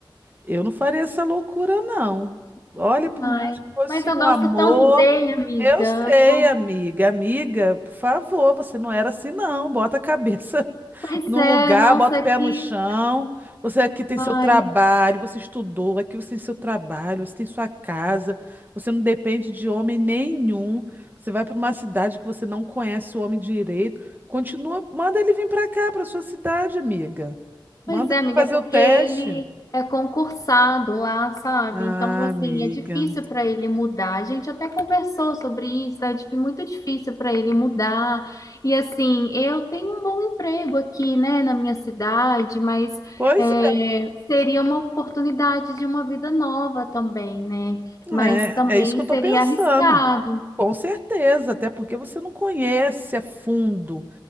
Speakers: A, on the right; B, on the left.
A: Eu não faria essa loucura, não. Olha, por
B: Ai,
A: mais que fosse
B: mas eu
A: um
B: gosto
A: amor,
B: tanto dele, amiga.
A: eu sei,
B: Eu sou...
A: amiga. Amiga, por favor, você não era assim, não. Bota a cabeça <laughs>
B: Pois
A: no
B: é,
A: lugar,
B: nossa,
A: bota o pé
B: que.
A: no chão. Você aqui tem
B: Ai,
A: seu trabalho, você estudou, aqui você tem seu trabalho, você tem sua casa, você não depende de homem nenhum. Você vai para uma cidade que você não conhece o homem direito. Continua, manda ele vir para cá, para sua cidade, amiga. Manda
B: Pois é, amiga,
A: ele fazer
B: é porque
A: o teste.
B: ele é concursado lá, sabe?
A: Ah,
B: Então, assim,
A: amiga.
B: é difícil para ele mudar. A gente até conversou sobre isso, é dif- muito difícil para ele mudar. E, assim, eu tenho um bom emprego aqui, né, na minha cidade, mas
A: Pois
B: é, seria uma oportunidade de uma vida nova também, né? Mas
A: é,
B: também
A: é, é isso que eu tô
B: seria
A: pensando.
B: arriscado.
A: Com certeza, até porque você não conhece a fundo,